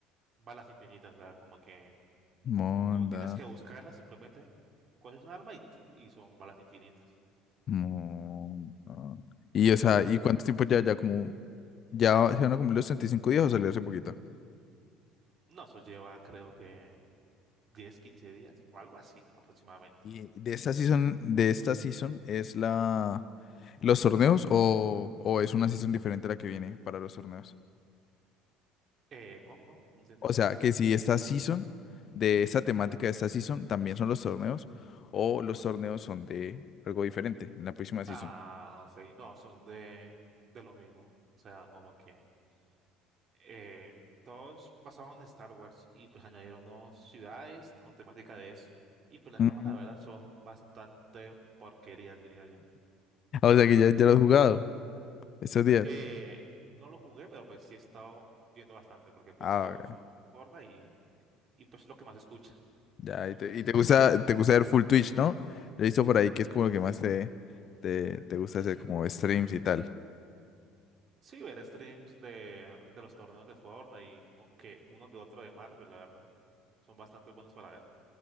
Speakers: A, on the right; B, on the left.
A: balas infinitas, o sea, como que
B: Monda,
A: no tienes que buscarlas, simplemente coges un arma y, ti- y son balas infinitas.
B: monda. Y o sea, ¿y cuánto tiempo ya? Ya como, ya se van a cumplir los 35 días o salió hace poquito.
A: No, eso lleva creo que 10 15 días o algo así aproximadamente.
B: Y de esta season, de esta season es la los torneos o, o es una season diferente a la que viene para los torneos.
A: Eh, ¿cómo, cómo? No entendí
B: O
A: muy
B: sea,
A: bien.
B: que si esta season, de esta temática de esta season, también son los torneos, o los torneos son de algo diferente en la próxima season.
A: Ah, ok, no, son de, de lo mismo, o sea, como que... eh, todos basados en Star Wars y pues añadieron nuevas ciudades con temática de eso. Y pues las
B: Mm.
A: armas, la verdad, son bastante porquerías, diría yo.
B: Ah, O sea, que ya, ya lo has jugado estos días.
A: Eh, no lo jugué, pero pues sí he estado viendo bastante porque pues
B: Ah,
A: yo consumo
B: ok.
A: Fortnite y, y pues lo que más escucha.
B: Ya, y te, y te gusta, te gusta ver full Twitch, ¿no? Yo he visto por ahí que es como lo que más te, te, te gusta hacer, como streams y tal.
A: Sí, ver streams de, de los torneos de Fortnite y o que uno que otro de Marvel, la verdad. Son bastante buenos para ver.